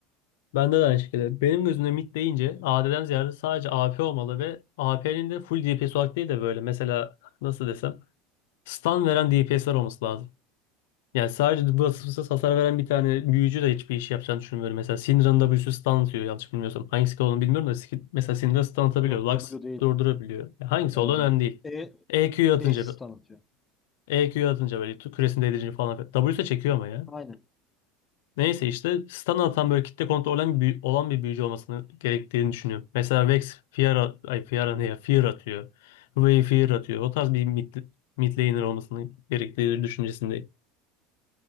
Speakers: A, on the left; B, on the left.
A: Bende de aynı şekilde. Benim gözümde mid deyince AD'den ziyade sadece AP olmalı ve AP'nin de full DPS olarak değil de böyle mesela nasıl desem stun veren DPS'ler olması lazım. Yani sadece basımsız hasar veren bir tane büyücü de hiçbir iş yapacağını düşünmüyorum. Mesela Syndra'nın da bir sürü stun atıyor yanlış bilmiyorsam. Hangisi ki olduğunu bilmiyorum da skill- mesela Syndra stun atabiliyor.
B: Yok
A: Lux
B: W değil.
A: durdurabiliyor. Yani hangisi
B: Ee,
A: olduğu önemli değil.
B: E,
A: EQ atınca
B: E stun atıyor.
A: EQ atınca böyle tu- küresini değdirince falan. W'de çekiyor ama ya.
B: Aynen.
A: Neyse işte stun atan böyle kitle kontrolü olan bir, büyü- olan bir büyücü olmasını gerektiğini düşünüyorum. Mesela Vex Fear, ay Fear ne ya? Fear atıyor. Huey Fear atıyor. O tarz bir mid, mid laner olmasını gerektiği düşüncesindeyim.